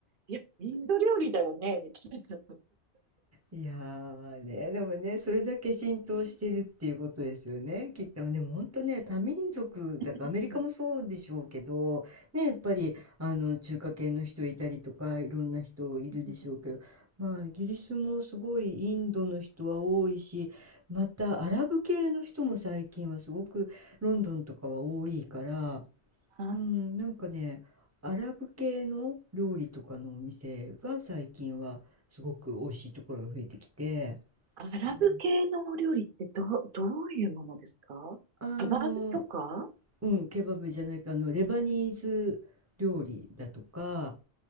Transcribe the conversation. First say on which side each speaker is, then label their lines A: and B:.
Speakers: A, on the right; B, on the right.
A: いや、インド料理だよね、みたいな。
B: いやーね、でもね、それだけ浸透してるっていうことですよね。
A: うん
B: きっと、でも本当ね、多民族だから、
A: うん
B: アメリカもそうでしょうけど、ね、やっぱり、あの、中華系の人いたりとか、いろんな人いるでしょうけど、
A: うんうん
B: まあ、イギリスもすごいインドの人は多いし、また、アラブ系の人も最近はすごくロンドンとかは多いから、
A: あ
B: うん、なんかね、アラブ系の料理とかのお店が最近はすごく美味しいところが増えてきて、
A: アラブ系のお料理ってどう、
B: うん。
A: どういうものですかカバブとか
B: あの、うん、ケバブじゃないか、あの、レバニーズ料理だとか、